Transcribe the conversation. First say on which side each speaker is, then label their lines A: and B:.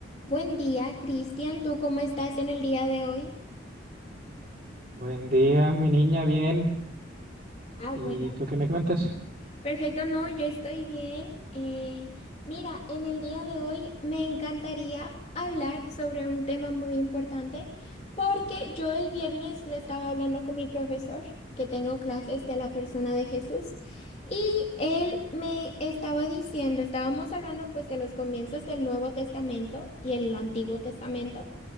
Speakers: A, on the left; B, on the right.
A: Buen día, Cristian. ¿Tú cómo estás en el día de hoy?
B: Buen día, mi niña, bien.
A: Ah,
B: ¿Y
A: bueno.
B: tú qué me cuentas?
A: Perfecto, no, yo estoy bien. Eh, mira, en el día de hoy me encantaría hablar sobre un tema muy importante porque yo el viernes le estaba hablando con mi profesor, que tengo clases de la persona de Jesús, y él me estaba diciendo, estábamos hablando pues de los comienzos del Nuevo Testamento y el Antiguo Testamento.